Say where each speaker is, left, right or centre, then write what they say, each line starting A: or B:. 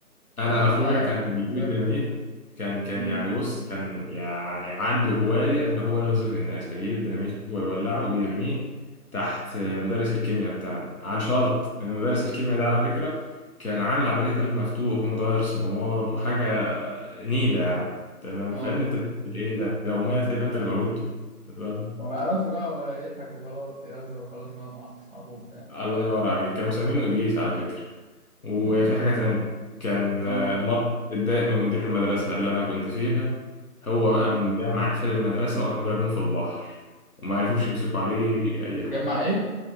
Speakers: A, on the left (about 65°); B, on the left (about 35°).
A: انا
B: إنما
A: اخويا كان
B: <laughs>
A: بيجيب
B: فاهم
A: الديناميت كان كان
B: امم
A: يعني بص كان يعني عنده هوايه ان هو يرزف الناس كان يجيب الديناميت ويولعه ويرميه تحت مدرس الكيمياء بتاعنا عن شرط ان مدرس الكيمياء ده على فكره كان عامل عمليه قلب مفتوح ومغير صمامات وحاجه نيله يعني تمام
B: اه
A: فابني انت بتعمل ايه ده لو مات هيبقى انت اللي موتته تمام
B: هو ما يعرفش بقى هو يضحك وخلاص يهزر وخلاص بقى مع أصحابه وبتاع
A: الله ينور عليك كانوا مسمينه ابليس على فكره وفي
B: <laughs>
A: حاجة تانية كان
B: اه
A: آه، مرة اتضايق من مدير المدرسة اللي أنا كنت فيها هو
B: امم
A: بقى مجمع إقفال المدرسة وقام رميهم في البحر وما عرفوش يمسكوا عليه أي
B: جمع
A: حاجة
B: إيه؟